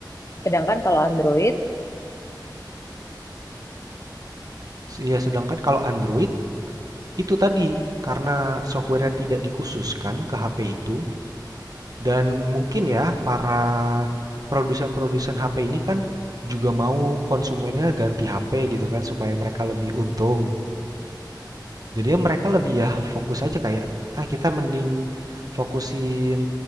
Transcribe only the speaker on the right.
Iya, sedangkan kalau Android itu tadi karena software-nya tidak dikhususkan ke HP itu, Dan mungkin ya para produsen-produsen HP ini kan juga mau konsumennya ganti HP gitu kan supaya mereka lebih untung. Jadi ya mereka lebih ya fokus aja kayak ah kita mending fokusin